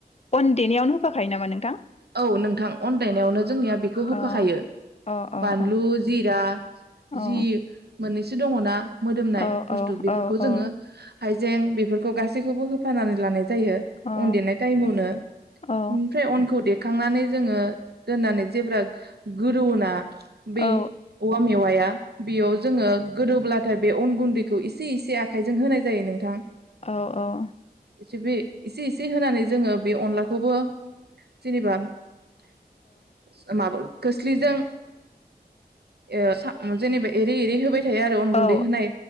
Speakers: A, on the left; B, on the right.
A: अन देनायावनो होफाखायो नामा नोंथां?
B: औ नोंथां अन देनायावनो जोंनियाव बेखौ होफाखायो
A: अ अ अ
B: बानलु
A: अ
B: जिरा
A: अ
B: जि मोन एसे दङ ना मोदोमनाय
A: औ
B: बुस्थु
A: औ
B: बेफोरखौ
A: औ
B: जोङो
A: औ
B: हाइजें बेफोरखौ गासैखौबो होफानानै लानो जायो
A: अ
B: अन देरनाय टाइमावनो
A: औ
B: इनफ्राय अनखौ दे खांनानै जोङो दोननानै जेब्ला गोदौवोना बै
A: औ
B: औवा मेवाया बेयाव जोङो गोदोब्ला नाथाय बे अन गुन्दैखौ एसे एसे आखाइजों होनाय जायो नोंथां।
A: औ औ
B: एसेबो एसे इसे होनानै जोङो बे अनलाखौबो जेनेबा <inaudible> माबा खोस्लिजों <inaudible> जेनेबा एरै एरै होबाय थायो आरो अन गुन्दै
A: औ
B: होनाय